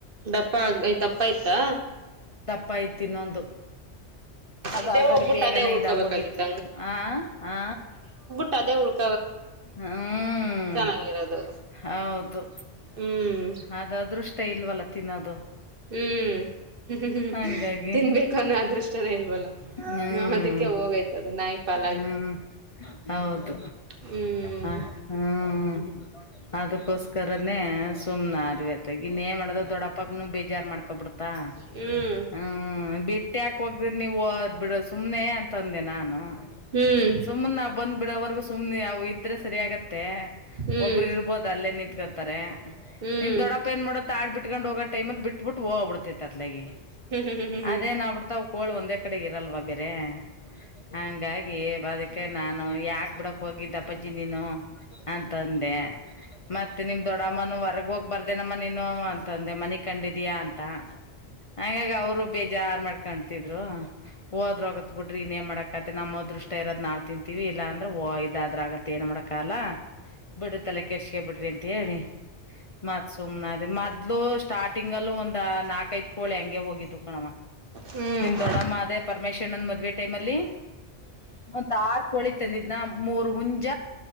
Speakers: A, on the right; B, on the left.
A: ದಪ್ಪ ಆಯ್ತಪ್ಪ ಆಯ್ತಾ
B: ಪ್ಪ ಐತಿ ಇನ್ನೊಂದು ಅದು
A: ಇದೇ
B: ಆಲ್ರೆಡಿ
A: ಹೋಗ್ಬಿಟ್ಟು
B: ಬೇಗನೆ
A: ಅದೇ ಉಳ್ಕೋಬೇಕಾಗಿತ್ತು
B: ಇದಾಗ ಹೋಗಿತ್ತು ಹ ಹಾ
A: ತ <unintelligible>
B: ಹ್ಮ್
A: ಚೆನ್ನಾಗಿರೋದು
B: ಹೌದು
A: ಹ್ಮ್
B: ಅದುದೃಷ್ಟ ಇಲ್ವಲ್ಲ ತಿನದು
A: ಹ್ಮ್ ಹ್ಮ್ ಹ್ಮ್
B: ಹಂಗಾಗಿ
A: ತಿನ್ಬೇಕು ಅನ್ನೋ ಅದೃಷ್ಟನೇ ಇಲ್ವಲ್ಲ ಹ
B: ಹ್ಮ್
A: ಅದಕ್ಕೆ ಹೋಗಯ್ತದು ನಾಯಿ ಪಾಲಾಗಿ
B: ಹ್ಮ್ ಹೌದ್
A: ಹ್ಮ್
B: ಹ ಹ್ಮ್ ಅದಕ್ಕೋಸ್ಕರನೇ ಸುಮ್ನೆದವಿ ಗನ್ೇ ಮಾಡದ ದೊಡ್ಡಪ್ಪಗ್ನು ಬೇಜಾರ್ ಮಾಡ್ಕೊ ಬಿಡ್ತಾ
A: ಹ್ಮ್
B: ಹ್ಮ್ ಬಿಟ್ಟಿ ಹಾಕ್ ಹೋಗ್ದಿ ಹದ್ ಬಿಡ ಸುಮ್ನೆ ಅಂತಂದೆ ನಾನು
A: ಹ್ಮ್
B: ಸುಮ್ಮನೆ ನಾ ಬಂದ್ ಬಿಡವರ್ಗ ಸುಮ್ಮನೆ ಅವು ಇದ್ರೆ ಸರಿ ಆಗತ್ತೆ
A: ಹ್ಮ್
B: ಒಬ್ಬ್ರ ಇರ್ಬೋದು ಅಲ್ಲೇ ನಿಂತ್ಕತಾರೆ
A: ಹ್ಮ್
B: ನಿಮ್ ದೊಡ್ಡಪ್ಪ ಏನ್ ಮಾಡತ್ತ ಆಡ್ ಬಿಟ್ಕೊಂಡ್ ಹೋಗ ಟೈಮಲ್ಲಿ ಬಿಟ್ಬಿಟ್ ಹ್ಬಡ್ುತ್ತ <unintelligible> ಅ
A: ಹ್ಮ್ ಹ್ಮ್ ಹ್ಮ್ ಹ್ಮ್ ಹ್ಮ್ ಹ್ಮ್ ಹ್ಮ್ ಹ್ಮ್ ಹ್ಮ್
B: ಅದೇ ನ ಬಿಡ್ತ ಒಂದೇ ಕಡೆ ಇರಲ್ವಲ್ ಬೆರೆ ಹಂಗಾಗಿ ಅದಕ್ಕೆ ನಾನು ಯಾಕ್ ಬಿಡಪ್ ಹೋಗಿದ್ದಪ್ಪಜ್ಜಿ ನೀನು ಅಂತಂದೆ ಮತ್ತೆ ನಿಮ್ ದೊಡ್ಡಮ್ಮನ ಹೊರಗ ಹೋಗ್ ಬಂದ್ ಅ ನಮ್ಮೋ ಅಂತಂದೆ <unintelligible> ಕಂಡಿದಯಾ ಅಂತ ಹಂಗಾಗಿ ಅವ್ರು ಬೀಜಾರ್ ಮಾಡ್ಕೊಂ <unintelligible> ರು ಹೂ ಆದ್ <unintelligible> ಇನೆನ್ ಮಾಡಕತ್ತ ನಮ್ಮ ದೃಷ್ಟ ಇರೋದ್ ನಾವ್ ತಿಂತೀವಿ ಇಲ್ಲ <unintelligible> <unintelligible> ದ್ರ ಆಗತ್ತೆ ಏನ್ ಮಾಡಕ ಅಲ್ಲ ಬಿಡ್ರಿ ತಲೆ ಕೆಡ್ಸ್ಕೊಬೇಡ್ರಿ <unintelligible> ಮತ್ ಸುಮ್ನಾದೆ ಮತ್ ಮದ್ಲು ಸ್ಟಾರ್ಟಿಂಗ್ ಅಲ್ಲಿ ಒಂದ್ ನಾಲ್ಕ ಐದು ಕೋಲೆಂಗ್ ಹೋಗಿದ್ದು ಕಣ
A: ಹ್ಮ್
B: ದೊಡಮ್ಮ ಅದ ಪರಮೇಶ್ವರನ್ ಮದುವೆ ಟೈಮಲ್ಲಿ ಒಂದ ಆರ್ ಕೋಳಿ ತಂದಿದ್ನ ಮೂರು ಹುಂಜ